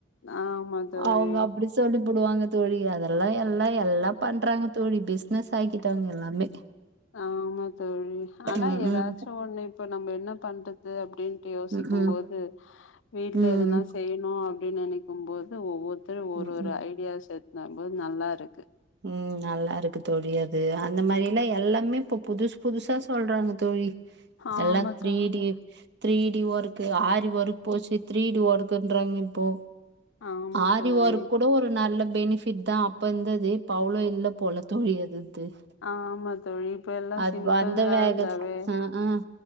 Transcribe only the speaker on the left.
ஆமா தோழி
ஆமா தோழி ஆனா
எதாச்சு
ஒன்னு இப்போ நம்ம என்ன பண்றது அப்டின்ட்டு யோசிக்கும்
போது வீட்ல
எதனா செய்யணு அப்டி நெனைக்கும் போது ஒவ்வொருத்தரு ஒரு
ஒரு
ஐடியாஸ் எத்னு வரும்போது நல்லாருக்கு
ஆமா
தோழி
ஆமா
தோழி
ஆமா தோழி இப்ப எல்லா
சிம்பிளா
இருந்தாவே